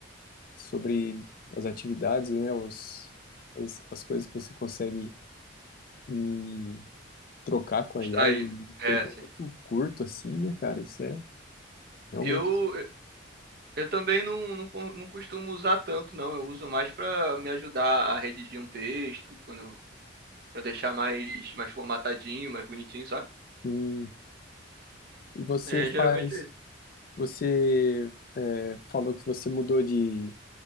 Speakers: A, on the left; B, on the right.
A: sobre as atividades, né? Os, as, as coisas que você consegue ir trocar com a
B: Extrair,
A: IA em
B: né? É,
A: tempo
B: sim.
A: muito curto, assim, né, cara? Isso é realmente
B: Eu, eu também não, não, co- não costumo usar tanto, não. Eu uso mais pra me ajudar a redigir um texto, quando, para deixar mais, mais formatadinho, mais bonitinho, sabe?
A: E, e você
B: É,
A: faz,
B: geralmente é isso.
A: você é, falou que você mudou de,